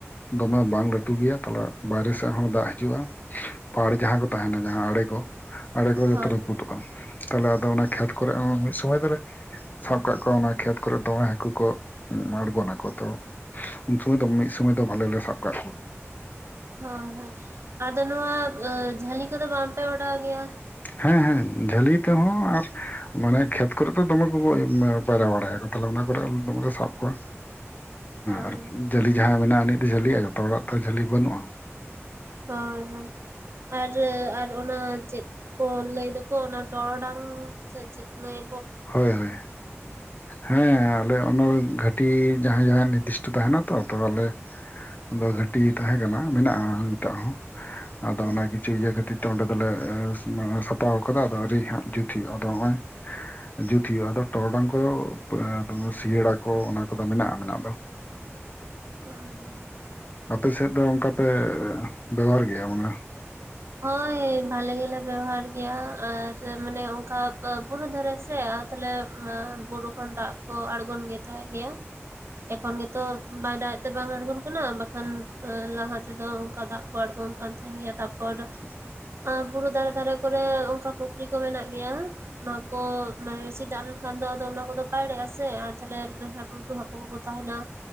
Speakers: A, on the left (about 35°); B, on the right (about 60°).
A: ᱫᱚᱢᱮ ᱵᱟᱝ ᱞᱟᱹᱴᱩ ᱜᱮᱭᱟ, ᱛᱟᱞᱦᱮ ᱵᱟᱭᱨᱮ ᱥᱮᱫ ᱦᱚᱸ ᱫᱟᱜ ᱦᱤᱡᱩᱜᱼᱟ ᱾ ᱯᱟᱦᱟᱲ ᱡᱟᱦᱟᱸ ᱠᱚ ᱛᱟᱦᱮᱱᱟ ᱡᱟᱦᱟᱸ ᱟᱲᱮᱠᱚ ᱟᱲᱮ ᱠᱚ ᱡᱚᱛᱚ
B: ᱦᱳᱭ
A: ᱨᱟᱹᱯᱩᱫᱚᱜ ᱟ, ᱛᱟᱦᱞᱮ ᱟᱫᱚ ᱚᱱᱟ ᱠᱷᱮᱛ ᱠᱚᱨᱮᱜ ᱦᱚᱸ ᱢᱤᱫ ᱥᱚᱢᱚᱭ ᱫᱚᱞᱮ ᱥᱟᱵ ᱠᱟᱜ ᱠᱚᱣᱟ ᱚᱱᱟ ᱠᱷᱮᱛ ᱠᱚᱨᱮᱜ ᱫᱚᱢᱮ ᱦᱟᱹᱠᱩ ᱠᱚ ᱟᱬᱜᱚᱱᱟᱠᱚ, ᱛᱚ ᱩᱱᱥᱚᱢᱚᱭ ᱫᱚ ᱢᱤᱫ ᱥᱚᱢᱚᱭ ᱫᱚ ᱵᱷᱟᱞᱮ ᱞᱮ ᱥᱟᱵ ᱠᱟᱜ ᱠᱚᱣᱟ ᱾
B: ᱦᱳᱭ, ᱦᱳᱭ, ᱟᱫᱚ ᱱᱚᱣᱟ ᱟᱸ ᱡᱷᱟᱹᱞᱤ ᱠᱚᱫᱚ ᱵᱟᱝᱯᱮ ᱚᱰᱟᱣ ᱜᱮᱭᱟ?
A: ᱦᱮᱸ ᱦᱮᱸ ᱡᱷᱟᱹᱞᱤ ᱛᱮᱦᱚᱸ ᱟᱨ ᱢᱟᱱᱮ ᱠᱷᱮᱛ ᱠᱚᱨᱮ ᱫᱚ ᱫᱚᱢᱮ ᱠᱚᱠᱚ ᱮᱢ ᱯᱟᱭᱨᱟ ᱵᱟᱲᱟᱭᱟᱠᱚ᱾ ᱛᱟᱞᱦᱮ ᱚᱱᱟ ᱠᱚᱨᱮᱞᱮ ᱫᱚᱢᱮ ᱞᱮ ᱥᱟᱵ ᱠᱚᱣᱟ᱾
B: ᱦᱳᱭ
A: ᱟᱨ ᱡᱷᱟᱹᱞᱤ ᱡᱟᱦᱟᱸᱭᱟᱜ ᱢᱮᱱᱟᱜᱼᱟ ᱩᱱᱤᱭᱟᱜ ᱫᱚ ᱡᱷᱟᱹᱞᱤᱜᱼᱟ ᱡᱚᱛᱚ ᱦᱚᱲᱟᱜ ᱛᱚ ᱡᱷᱟᱹᱞᱤ ᱵᱟᱹᱱᱩᱜᱼᱟ᱾
B: ᱦᱳᱭ ᱦᱳᱭ ᱟᱨ ᱟᱨ ᱚᱱᱟ ᱪᱮᱫ ᱠᱚ ᱞᱟᱹᱭ ᱫᱚᱠᱚ ᱚᱱᱟ ᱴᱚᱨᱚᱰᱟᱝ ᱥᱮ ᱪᱮᱫ ᱞᱟᱹᱭ
A: ᱦᱳᱭ ᱦᱳᱭ, ᱦᱮᱸ ᱟᱞᱮ ᱚᱱᱟ <unintelligible> ᱴᱤ ᱡᱟᱦᱟᱸᱭ ᱡᱟᱦᱟᱸᱭᱟᱜ ᱱᱤᱨᱫᱤᱥᱴᱚ ᱛᱟᱦᱮᱱᱟ ᱛᱚ, ᱟᱫᱚ ᱟᱞᱮ ᱟᱫᱚ ᱜᱷᱟᱹᱴᱤ ᱛᱟᱦᱮᱸ ᱠᱟᱱᱟ ᱢᱮᱱᱟᱜᱼᱟ ᱱᱤᱛᱚᱜ ᱦᱚᱸ᱾ ᱟᱫᱚ
B: ᱚ
A: ᱚᱱᱟ ᱠᱤᱪᱷᱩ ᱤᱭᱟᱹ ᱠᱷᱟᱹᱛᱤᱨ ᱛᱮ ᱚᱸᱰᱮ ᱫᱚ ᱞᱮ <unintelligible> ᱯᱟᱣ ᱠᱟᱫᱟ ᱟᱫᱚ ᱟᱹᱣᱨᱤ ᱦᱟᱸᱜ ᱡᱩᱛ ᱦᱩᱭᱩᱜ-ᱟ ᱟᱫᱚ ᱦᱚᱜᱼᱚᱭ ᱡᱩᱛ ᱦᱩᱭᱩᱜᱼᱟ ᱟᱫᱚ ᱴᱚᱨᱰᱟᱝ ᱠᱚᱫᱚ ᱮᱸ ᱛᱳᱢᱟᱨ ᱥᱤᱭᱟᱹᱲᱟ ᱠᱚ ᱚᱱᱟ ᱠᱚ ᱫᱚ ᱢᱮᱱᱟᱜᱼᱟ ᱢᱮᱱᱟᱜ ᱫᱚ᱾
B: ᱦᱳᱭ᱾
A: ᱟᱯᱮ ᱥᱮᱫ ᱫᱚ ᱚᱱᱠᱟ ᱯᱮ ᱵᱮᱵᱷᱟᱨ ᱜᱮᱭᱟ ᱚᱱᱟ?
B: ᱦᱳᱭ ᱵᱷᱟᱞᱮ ᱜᱮᱞᱮ ᱵᱮᱵᱚᱦᱟᱨ ᱮᱭᱟ ᱟᱨ ᱢᱟᱱᱮ ᱚᱝᱠᱟ ᱵᱩᱨᱩ ᱫᱷᱟᱨᱮ ᱥᱮ ᱟᱨ ᱛᱟᱞᱦᱮ ᱵᱩᱨᱩ ᱠᱷᱚᱱ ᱫᱟᱜ ᱠᱚ ᱟᱬᱜᱚᱱ ᱜᱮ ᱛᱟᱦᱮᱸᱜ ᱜᱮᱭᱟ᱾ ᱮᱠᱷᱚᱱ ᱜᱮᱛᱚ ᱵᱟᱭ ᱫᱟᱜ ᱮᱫ ᱛᱮ ᱵᱟᱝ ᱟᱬᱜᱚᱱ ᱠᱟᱱᱟ ᱵᱟᱠᱷᱟᱱ ᱮ ᱞᱟᱦᱟ ᱛᱮᱫᱚ ᱚᱱᱠᱟ ᱫᱟᱜ ᱠᱚ ᱟᱬᱜᱚᱱ ᱠᱟᱱ ᱛᱟᱦᱮᱱ ᱜᱮᱭᱟ ᱛᱟᱨᱯᱚᱨ
A: <inaudible>
B: ᱟᱸ ᱵᱩᱨᱩ ᱫᱷᱟᱨᱮ ᱫᱷᱟᱨᱮ ᱠᱚᱨᱮ ᱚᱝᱠᱟ ᱯᱩᱠᱷᱨᱤ ᱠᱚ ᱢᱮᱱᱟᱜ ᱜᱮᱭᱟ᱾ ᱚᱱᱟ ᱠᱚ ᱢᱟᱱᱮ ᱵᱮᱥᱤ ᱫᱟᱜ ᱞᱮᱱᱠᱷᱟᱱ ᱫᱚ ᱟᱫᱚ ᱚᱱᱟ ᱠᱚᱫᱚ ᱯᱟᱭᱲᱮᱼᱟ ᱥᱮ ᱟᱨ ᱛᱟᱦᱞᱮ <inaudible> ᱞᱟᱹᱴᱩ ᱦᱟᱹᱠᱩ ᱦᱚᱠᱚ ᱛᱟᱦᱮᱱᱟ